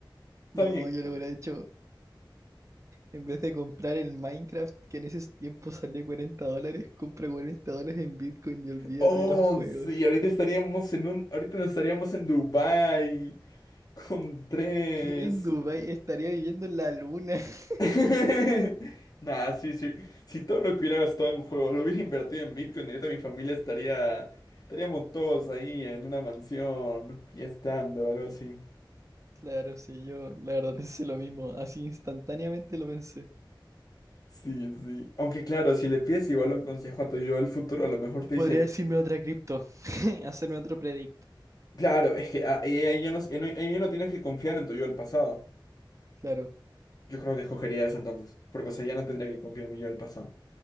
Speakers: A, on the left; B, on the right.
A: está
B: No,
A: bien.
B: yo lo hubiera hecho. En vez de comprar el Minecraft, que en esos tiempos salió 40 dólares, compra 40 dólares en Bitcoin y olvídate
A: Oh,
B: de los juegos.
A: sí, ahorita estaríamos en un, ahorita no estaríamos en Dubái. Con tres.
B: ¿Quién en Dubái estaría viviendo en la luna? <laughs>
A: <laughs> Nah, sí, sí. Si todo lo que hubiera gastado en juego lo hubiera invertido en Bitcoin, ahorita mi familia estaría. Estaríamos todos ahí en una mansión, fiestando o algo así.
B: Claro, sí, yo la verdad pensé lo mismo. Así instantáneamente lo pensé.
A: Sí, sí. Aunque claro, si le pides igual un consejo a tu yo del futuro, a lo mejor te
B: Podría
A: dice,
B: decirme otra cripto, <laughs> hacerme otro predict.
A: claro, es que ah, eh, ahí ya no, eh, no- ahí ya no tienes que confiar en tu yo del pasado.
B: Claro,
A: Yo creo que escogería eso entonces, porque o sea, ya no tendría que confiar en mi yo del pasado.